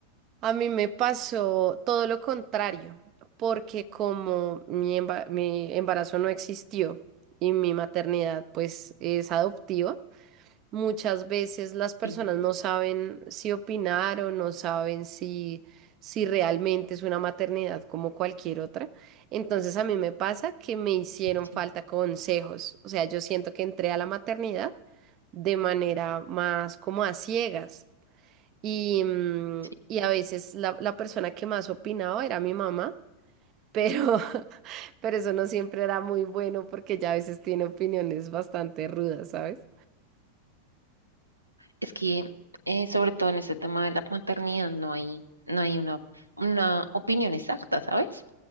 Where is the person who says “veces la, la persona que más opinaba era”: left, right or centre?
Right